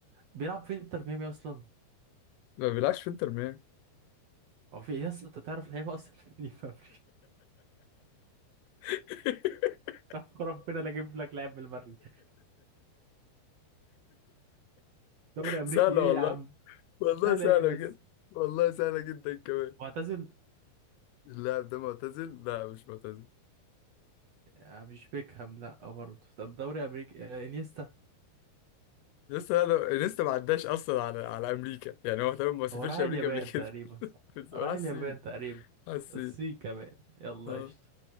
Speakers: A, on the right; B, on the left.
A: بيلعب في انتر ميامي أصلا
B: ما بيلعبش في انتر ميامي
A: هو في إيه يا اسطى أنت تعرف لعيبة أصلا <laughs> دي في أمريكا
B: <laughs>
A: طب ربنا لا أجيب لك لاعب من المريخ دوري أمريكي
B: سهلة
A: إيه
B: والله
A: يا عم
B: والله
A: سهلة
B: سهلة
A: إيه بس
B: جدا والله سهلة جدا كمان
A: معتزل
B: اللاعب ده معتزل لا مش معتزل
A: آه، مش بيكهام لا برضه طب دوري أمريكي آه، انيستا
B: لسه انا لسه ما عداش اصلا على على امريكا يعني هو تمام ما سافرش
A: هو راح اليابان
B: امريكا قبل كده
A: تقريبا
B: <laughs>
A: صح
B: بس
A: راح
B: هو راح الصين
A: اليابان تقريبا
B: راح الصين
A: الصين كمان يلا
B: اه
A: قشطة